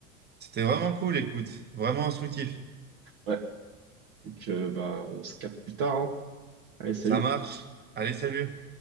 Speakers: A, on the right; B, on the right.
A: C'était vraiment cool, écoute, vraiment instructif.
B: Ouais, donc, euh, bah, on se capte plus tard, hein. Allez, salut.
A: Ça marche. Allez, salut.